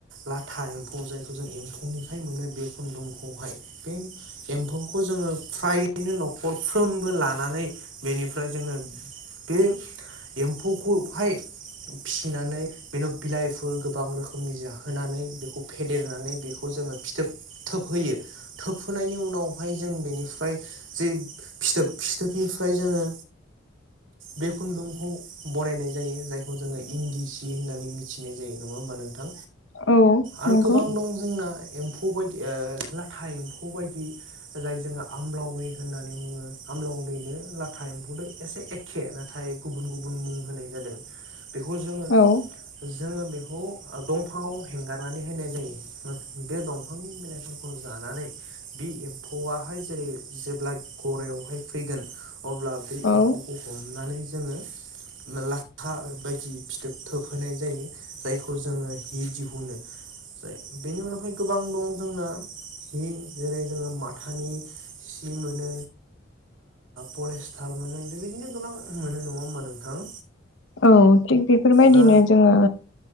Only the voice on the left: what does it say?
औ
नंगौ
औ
औ
औ थिग बेफोरबायदिनो
जोङो